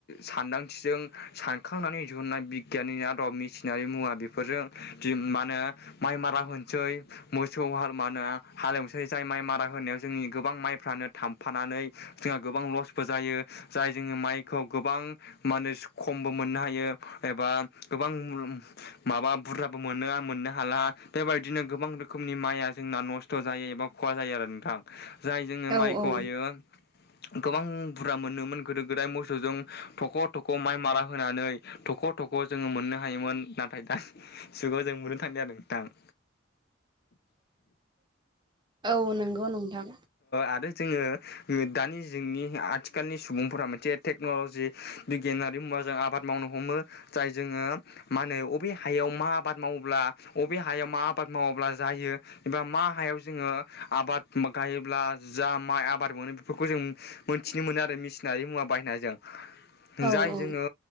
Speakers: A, on the left (about 55°); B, on the right (about 25°).
A: सानदांथिजों सानखांनानै दिहुननाय बिगियाननि आदब मिसिनारि मुवा बेफोर बेफोरजों मा होनो माइ मारा होनोसै मोसौ हाल म होनो हालेवस जाय माइ मारा होनायाव जोंनि गोबां माइफ्रानो थाम फानानै जोंहा गोबां लस बो जायो जाय जोङो माइखौ गोबां माने खमबो मोननो हायो। एबा गोबां रोखोमनि माबा बुरजाबो मोनो मोननो हाला बेबायदिनो गोबां रोखोमनि माइआ जोंना नस्थ थ जायो एबा खहा जायो आरो नोंथां जाय जोङो
B: औ
A: माइखौहायो गोबां बुरजा मोनोमोन गोदो गोदाय मोसौजों थख' थख' माइ मारा होनानै थख' फट'खौ जोङो मोननो हायोमोन नाथाय दा जुगाव जों मोननो थांदों आरो नोंथां।
B: <inaudible> औ नंगौ नोंथां
A: आरो जोङो दानि जोंनि आथिखाल आथिखालनि सुबुंफोरा मोनसे टेक्न'लजि बिगियानारि मुवाजों आबाद मावनो हमो। जाय जोङो मा होनो बबे हायाव मा आबाद मावोब्ला बबे हायाव मा आबाद मावोब्ला जायो एबा मा हायाव जोङो आबाद गायोब्ला जा माइ आबाद मोनो बेफोरखौ जों मोनथिनो मोनो आरो मेसिनारि मुवा बायनायजों
B: औ
A: जाय
B: औ
A: जोङो